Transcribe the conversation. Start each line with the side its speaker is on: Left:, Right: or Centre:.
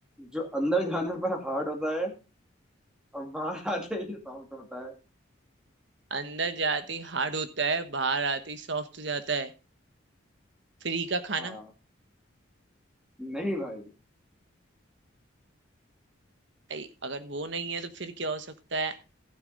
Centre: जो अंदर जाने पर हार्ड होता है और बाहर आते ही सॉफ्ट होता है
Right: अंदर जाते ही हार्ड होता है बाहर आते ही सॉफ्ट हो जाता है फ्री का खाना
Centre: हाँ नहीं भाई
Right: भाई अगर वो नहीं है तो फिर क्या हो सकता है